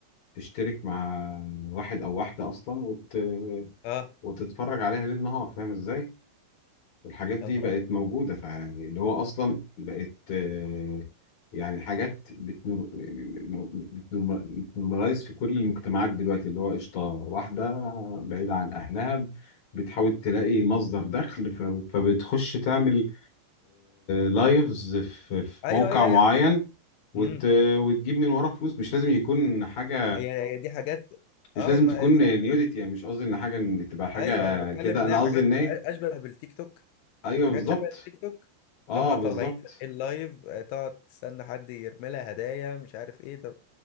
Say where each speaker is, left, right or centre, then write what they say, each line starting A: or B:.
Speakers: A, on the left (about 40°); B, on the left (about 80°).
A: تشترك مع واحد او واحده اصلا وت...
B: اه
A: وتتفرج عليها ليل نهار فاهم ازاي الحاجات دي
B: يا نهار
A: بقت
B: ابيض
A: موجوده فاللي هو اصلا بقت آه، يعني حاجات بتنور... بتنور... بتنورمالايز في كل المجتمعات دلوقتي اللي هو قشطه واحده بعيده عن اهلها بتحاول تلاقي مصدر دخل ف... فبتخش تعمل لايفز في... في
B: ايوه
A: موقع
B: ايوه
A: معين
B: ايوه
A: وت...
B: امم
A: وتجيب من وراه فلوس مش لازم يكون حاجة
B: هي هي دي حاجات
A: مش
B: اه
A: لازم
B: ما
A: تكون نيوديتي يعني مش قصدي ان حاجه ان تبقى حاجه
B: ايوه انا بتكلم
A: كده
B: ان
A: انا
B: هي حاجات
A: قصدي ان ايه
B: اشبه بالتيك توك
A: ايوه
B: حاجات
A: بالظبط
B: شبه التيك توك
A: اه
B: لما
A: بالظبط
B: طالعين في اللايف آه، تقعد تستنى حد يرمي لها هدايا مش عارف ايه طب